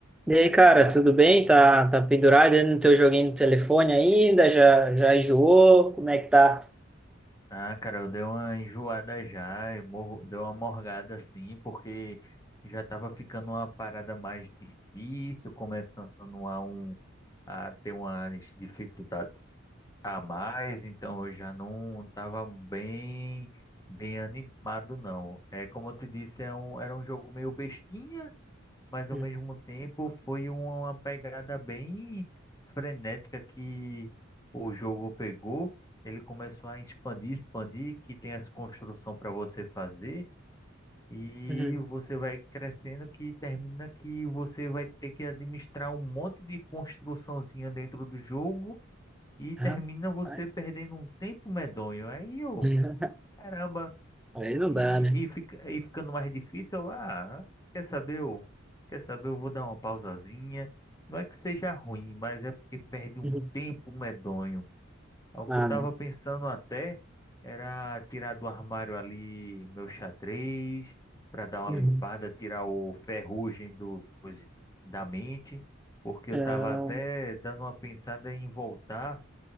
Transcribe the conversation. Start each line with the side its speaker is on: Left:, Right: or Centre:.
Centre: E aí, cara, tudo bem? Tá, tá pendurado aí no teu joguinho do telefone ainda? Já, já enjoou? Como é que tá?
Left: Ah, cara, eu dei uma enjoada já, eu morro, dei uma morgada assim, porque já tava ficando uma parada mais difícil, começando a, um, a ter umas dificuldades a mais, então eu já não tava bem, bem animado, não. É, como eu te disse, é um, era um jogo meio bestinha, mas ao
Centre: Uhum.
Left: mesmo tempo foi uma pegada bem frenética que o jogo pegou. Ele começou a expandir, expandir, que tem essa construção para você fazer e
Centre: Uhum.
Left: você vai crescendo que termina que você vai ter que administrar um monte de construçãozinha dentro do jogo e termina
Centre: Rapaz.
Left: você perdendo um tempo medonho. Aí eu,
Centre: Uhum.
Left: caramba.
Centre: Aí não
Left: E,
Centre: dá, né?
Left: e, fica, e ficando mais difícil, eu, ah, quer saber, eu, quer saber, eu vou dar uma pausazinha. Não é que seja ruim, mas é porque perde um
Centre: Uhum.
Left: tempo medonho. É O
Centre: Ah,
Left: que eu tava
Centre: não.
Left: pensando até era tirar do armário ali meu xadrez, para dar uma
Centre: Uhum.
Left: limpada, tirar o ferrugem do, dos- da mente, porque eu
Centre: Ah,
Left: tava até dando uma pensada em voltar,